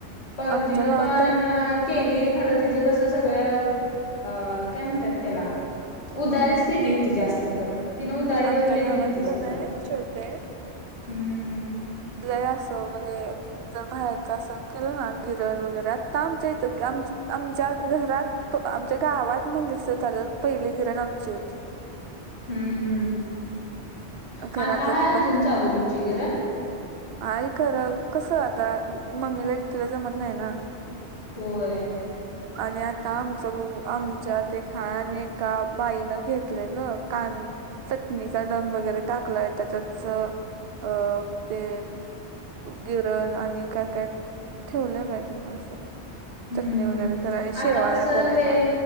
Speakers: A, on the left; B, on the right.
A: परतीनं
B: आमच्या गावात
A: पाण
B: तर
A: केली खरं तिचं कसं सगळ.. अ काय म्हणत्यात त्याला उदारीच केली होती जास्त खरं तिनं उदारीवर
B: आमच्या
A: लई
B: गावात
A: दिलती
B: का
A: सगळं,
B: नाही श्वेते
A: हम्म
B: लई असं म्हणजे जर बाहेरच असं केलं ना गिरण वगैरे आत्ता आमच्या इथं ग.. आमचं आमच्या घरात त आमच्या गावात म्हणलीस तर चालल पहिली गिरण आमची होती.
A: हम्म
B: खरं
A: म आत्ता
B: आता
A: हाय
B: ती
A: अजून चालू तुमची गिरण?
B: आहे खरं कसं आता मम्मीला एकटीला जमत नाही ना.
A: होय.
B: ह <inaudible> आणि आता आमचं बघू आमच्यात एक हाय आणि एका बाईनं घेतलय ग कान चटणीचा डंग वगैरे टाकलाय त्याच्यातच अं ते गिरण आणि काय काय ठेवलय बाई तिनं असं.
A: हम्म
B: चटणी
A: हम्म
B: वगैरे कराय
A: आता
B: शेवाया
A: कसं
B: करायला.
A: ते